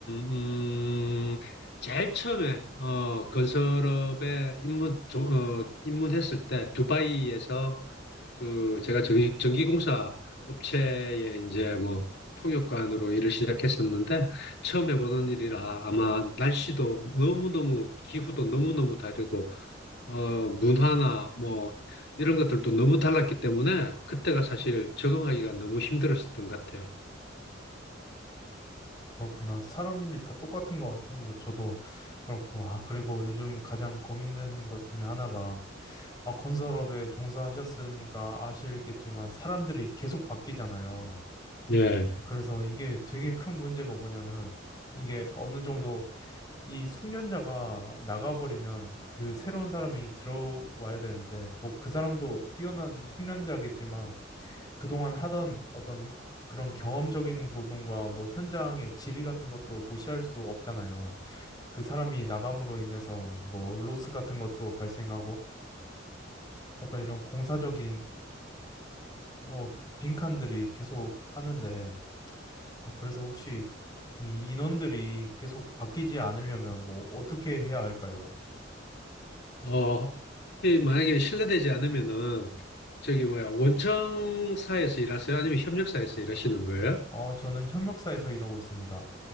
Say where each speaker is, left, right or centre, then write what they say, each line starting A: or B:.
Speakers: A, on the left; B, on the left.
A: 음, 제일 처음에, 어, 건설업에 입문, 종- 어, 입문했을 때, 두바이에서 그, 제가 전기, 전기공사 업체에 이제 뭐, 통역관으로 일을 시작했었는데, 처음 해보는 일이라 아마 날씨도 너무너무, 기후도 너무너무 다르고, 어, 문화나 뭐 이런 것들도 너무 달랐기 때문에 그때가 사실 적응하기가 너무 힘들었었던 것 같아요.
B: 그렇구나. 사람 일이 다 똑같은 것 같아요. 뭐 저도 그렇고. 아, 그리고 요즘 가장 고민되는 것 중에 하나가 아, 건설업에 종사하셨으니까 아시겠지만 사람들이 계속 바뀌잖아요.
A: 예.
B: 그래서 이게 되게 큰 문제가 뭐냐면 이게 어느 정도 이 숙련자가 나가버리면 그 새로운 사람이 들어와야 되는데 뭐 그 사람도 뛰어난 숙련자겠지만 그동안 하던 어떤 그런 경험적인 부분과 뭐 현장의 질이 같은 것도 무시할 수 없잖아요. 그 사람이 나감으로 인해서 뭐 로스 같은 것도 발생하고 어떤 이런 공사적인 어 빈칸들이 계속 하는데 아, 그래서 혹시 이 인원들이 계속 바뀌지 않으려면 뭐 어떻게 해야 할까요?
A: 어, 혹시 만약에 실례되지 않으면은 저기 뭐야 원청사에서 일하세요? 아니면 협력사에서 일하시는 거예요?
B: 어, 저는 협력사에서 일하고 있습니다.